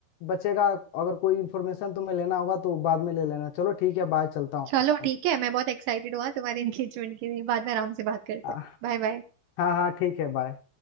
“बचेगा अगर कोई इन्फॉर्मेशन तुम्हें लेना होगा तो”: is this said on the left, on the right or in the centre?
Left